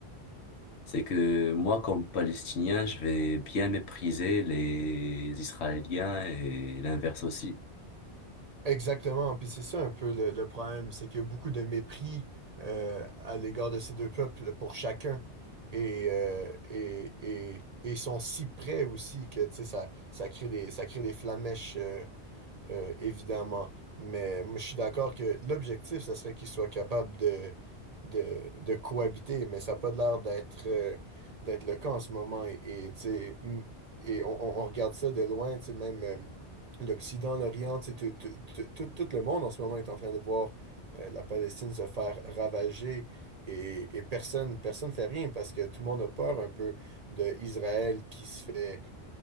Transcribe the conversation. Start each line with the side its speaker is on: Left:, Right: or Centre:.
Left: C'est que moi, comme Palestinien, je vais bien mépriser les Israéliens et l'inverse aussi.
Right: Exactement, puis c'est ça un peu le, le problème, c'est qu'il y a beaucoup de mépris euh, à l'égard de ces deux peuples pour chacun. Et, euh, et, et, et ils sont si près aussi que tu sais, ça, ça crée des, ça crée des flammèches euh, évidemment. Mais moi, je suis d'accord que l'objectif, ce serait qu'ils soient capables de, de, de cohabiter, mais ça n'a pas l'air d'être euh, d'être le cas en ce moment. Et, et, tu sais, mm, et on, on- on regarde ça de loin, tu sais, même euh, l'Occident, l'Orient, tu sais, tout, tout- tout- tout- tout le monde en ce moment est en train de voir euh, la Palestine se faire ravager. Et, et personne personne fait rien parce que tout le monde a peur un peu de Israël qui se fait